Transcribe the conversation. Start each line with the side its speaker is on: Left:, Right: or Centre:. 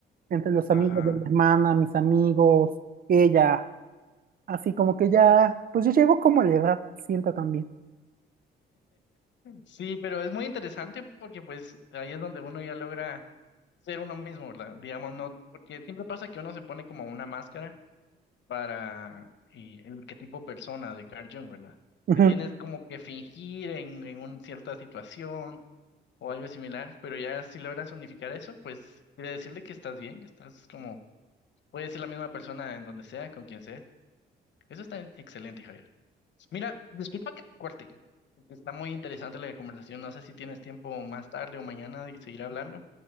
Right: entre los
Left: Ajá.
Right: amigos de mi hermana, mis amigos, ella, Así como que ya, pues yo llego como a la edad, siento también.
Left: Sí, pero es muy interesante porque pues ahí es donde uno ya logra ser uno mismo, la- digamos, no, porque siempre pasa que uno se pone como una máscara para eh, el arquetipo persona de Carl Jung, ¿verdad?
Right: Ujú.
Left: Que tienes como que fingir en, en una cierta situación o algo similar, pero ya si logras unificar eso, pues quiere decirle que estás bien, estás como, puedes ser la misma persona en donde sea, con quien sea. Eso está excelente, Javier. Mira, disculpa que te corte, porque está muy interesante la conversación. No sé si tienes tiempo más tarde o mañana de seguir hablando,